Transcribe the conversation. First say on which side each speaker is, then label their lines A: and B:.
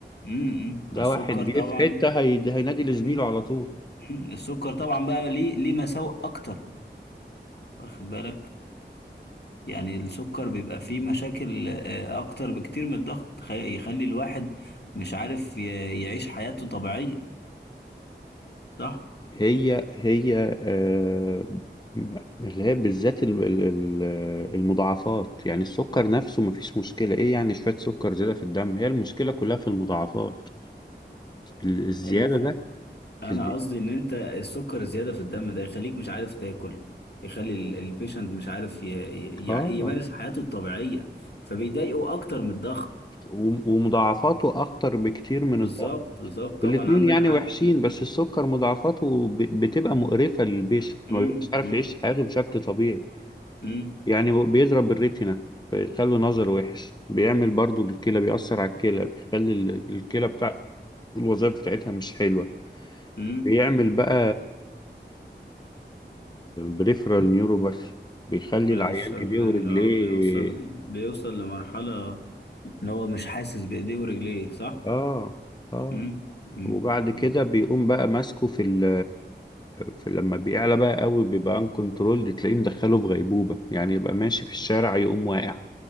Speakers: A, on the left; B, on the left.
A: امم
B: ده
A: فالسكر
B: واحد جه
A: طبعا
B: في حتة هي- هينادي لزميله
A: مم.
B: على طول
A: مم. السكر طبعا بقى ليه ليه مساوئ اكتر واخد بالك يعني السكر بيبقى فيه مشاكل آه، اكتر بكتير من الضغط خ- يخلي الواحد مش عارف ي- يعيش حياته طبيعيه صح
B: هي هي آه، اللي هي بالذات ال- ال- ال- المضاعفات يعني السكر نفسه مفيش مشكلة ايه يعني شوية سكر زيادة في الدم هي المشكلة كلها في المضاعفات ال- الزيادة
A: لا
B: ده
A: انا
B: الزي...
A: قصدي ان انت السكر الزياده في الدم ده يخليك مش عارف تاكل يخلي البيشنت مش عارف ي... ي...
B: اه
A: ي- يمارس حياته الطبيعيه فبيضايقه اكتر من الضغط
B: و- ومضاعفاته اخطر بكتير
A: بالظبط
B: من الضغط
A: بالظبط طبعا
B: الاتنين
A: عندك
B: يعني
A: حق
B: وحشين
A: مم.
B: بس السكر مضاعفاته ب- بتبقى مقرفة للبيشنت
A: مم.
B: ما بيبقاش عارف
A: مم.
B: يعيش حياته بشكل طبيعي
A: مم.
B: يعني بيضرب الريتنا فيخلي نظر وحش بيعمل برضو بالكلى بيأثر على الكلى بيخلي ال- الكلى بتاع الوظائف بتاعتها مش حلوة
A: مم.
B: بيعمل بقى بريفرال نيوروباث بيخلي
A: بعد
B: العيان
A: الشر
B: ايديه ورجليه
A: يعني اه بيوصل بيوصل لمرحله ان هو مش حاسس بايديه ورجليه صح
B: اه اه
A: مم. مم.
B: وبعد كده
A: مم.
B: بيقوم بقى ماسكه في ال في لما بيعلى بقى قوي بيبقى ان كنترول تلاقيه مدخله في غيبوبة يعني يبقى ماشي في الشارع يقوم واقع